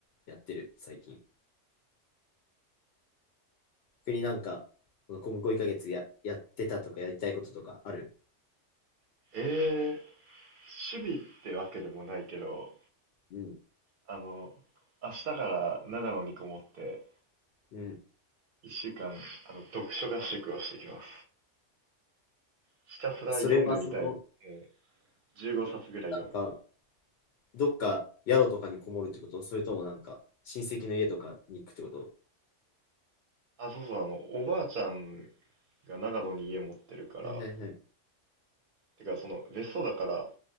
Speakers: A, on the left (about 65°); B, on the right (about 55°).
A: やってる、最近。逆になんか、この向こう1ヶ月や、やってたとかやりたいこととかある。
B: <laughs> えー、趣味ってわけでもないけど、
A: うん。
B: あの、明日から長野にこもって、
A: うん。
B: 1週間、あの、読書合宿をしてきます。ひたすら読んでみたい。
A: それはその、
B: えー、15冊ぐらい読む。
A: なんか、どっか宿とかにこもるってことそれともなんか親戚の家とかに行くってこと
B: あ、そうそう、あの、おばあちゃんが長野に家持ってるから、
A: はいはいはい。
B: てか、その、別荘だから、